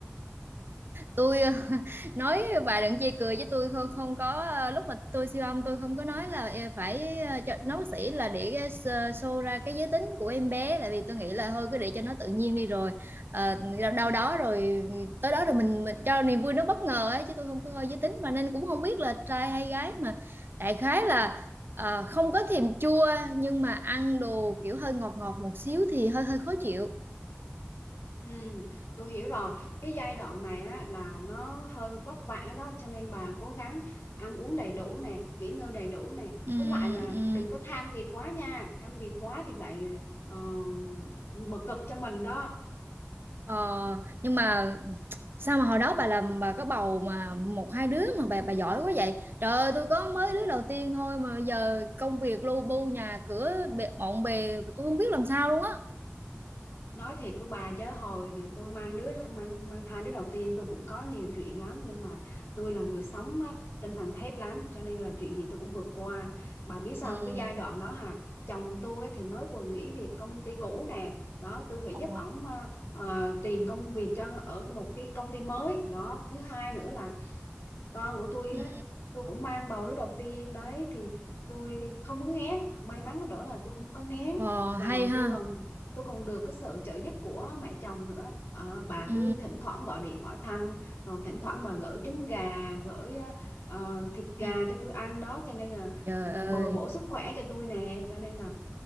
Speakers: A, on the right (about 50°); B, on the left (about 60°).
A: tôi <laughs> nói bà đừng chê cười với tôi không không có ờ, lúc mà tôi siêu âm tôi không có nói là ờ, phải ờ, cho nó bác sĩ là để ờ, s- ờ, show ra cái giới tính của em bé tại vì tôi nghĩ là thôi cứ để cho nó tự nhiên đi rồi Ờ, đâu đâu đó rồi ừ, tới đó rồi mình mình cho niềm vui nó bất ngờ ấy chứ tôi không có coi giới tính mà nên cũng không biết là trai hay gái mà đại khái là ờ, không có thèm chua nhưng mà ăn đồ kiểu hơi ngọt ngọt một xíu thì hơi hơi khó chịu
B: Ừ, tôi hiểu rồi. Cái giai đoạn này á là nó hơi vất vả đó cho nên bà cố gắng ăn uống đầy đủ nè, nghỉ ngơi đầy đủ nè.
A: ừ
B: Với lại là
A: ừ
B: đừng có tham việc quá nha, tham việc quá thì lại ờ, mà cực cho mình đó.
A: Ờ, nhưng mà sao mà hồi đó bà làm bà có bầu mà một hai đứa mà bà bà giỏi quá vậy trời ơi tôi có mới đứa đầu tiên thôi mà giờ công việc lu bu nhà cửa bề- bộn bề tôi không biết làm sao luôn á
B: nói thiệt với bà chứ hồi nè, tôi mang đứa mang mang thai đứa đầu tiên tôi cũng có nhiều chuyện lắm nhưng mà tôi là người sống á, tinh thần thép lắm cho nên là chuyện gì tôi cũng vượt qua bà biết sao
A: ừ.
B: không? cái giai đoạn đó hà chồng tôi á, thì mới vừa nghỉ việc công ty cũ nè đó tôi phải
A: Ồ,
B: giúp ổng à, à, tìm công việc cho ở một cái công ty mới đó thứ hai nữa là con của tôi
A: Ừ.
B: á tôi cũng mang bầu đứa đầu tiên đấy thì tôi không có ngán may mắn cái đó là tôi không có ngán
A: Ờ,
B: và
A: hay ha
B: tôi còn tôi còn được cái sự trợ giúp của mẹ chồng nữa Ờ, bà
A: ừ.
B: cứ thỉnh thoảng gọi điện hỏi thăm rồi thỉnh thoảng bà gửi trứng gà gửi ờ, ờ, thịt gà
A: Ừ.
B: cho tôi ăn đó cho nên là
A: trời
B: ừ,
A: ơi
B: bồi bổ sức khỏe cho tôi nè cho nên là